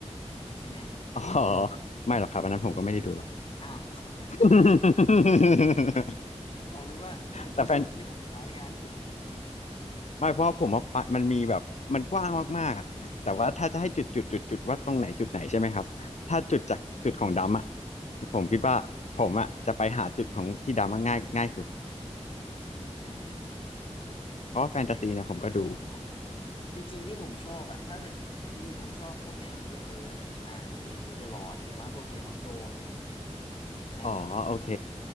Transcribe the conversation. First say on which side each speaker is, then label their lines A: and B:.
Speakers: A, on the left; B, on the left.
A: ใช่ไหม
B: อ๋อไม่หรอกครับอันนั้นผมก็ไม่ได้ดูหรอก
A: อ้าว
B: <laughs>
A: <laughs> ผมนึกว่ามันคือจุดที่มันคล้ายกัน
B: แต่แฟน ไม่เพราะผมว่าปะมันมีแบบมันกว้างมากๆอ่ะแต่ว่าถ้าจะให้จุดจุดจุดจุดว่าตรงไหนจุดไหนใช่ไหมครับถ้าจุดจากจุดของดำอ่ะ
A: <laughs> อ๋อ
B: ผมคิดว่าผมอ่ะจะไปหาจุดของที่ดำอะง่ายง่ายสุด
A: อืม
B: เพราะว่าแฟนตาซีเนี่ยผมก็ดู
A: น่าจะไม่ใช่เพราะเออจริงๆที่ผมชอบอะถ้าเป็นจริงๆผมชอบพวกแนว Middle Earth อ่าจะเป็นพวก The Lord หรือว่าพวก Game of Thrones อะไรแบบนี้
B: อ๋อโอเค